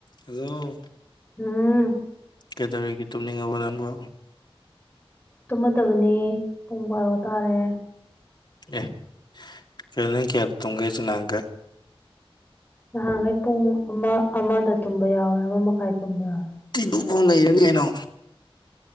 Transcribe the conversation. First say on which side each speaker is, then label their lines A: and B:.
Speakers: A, on the left; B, on the left.
A: ꯑꯂꯣ
B: ꯎꯝ
A: ꯀꯦꯇꯔꯤꯒꯤ ꯇꯨꯝꯅꯤꯡꯉꯕ ꯅꯪꯀꯣ
B: ꯇꯨꯝꯃꯗꯕꯅꯦ ꯄꯨꯡ ꯕꯥꯔꯣ ꯇꯥꯔꯦ
A: ꯑꯦ ꯀꯩꯅꯣꯅꯪ ꯀꯌꯥ ꯇꯨꯡꯒꯦꯁꯤ ꯅꯍꯥꯟꯒꯩ
B: ꯅꯍꯥꯟꯈꯩ ꯄꯨꯡ ꯑꯃ ꯑꯃꯗ ꯇꯨꯝꯕ ꯌꯥꯎꯋꯦ ꯑꯃ ꯃꯈꯥꯏ ꯇꯨꯝꯕ ꯌꯥꯎꯋꯦ
A: ꯇꯗꯨꯨ ꯐꯩ ꯔꯪꯖꯦꯟꯅꯤꯅꯣ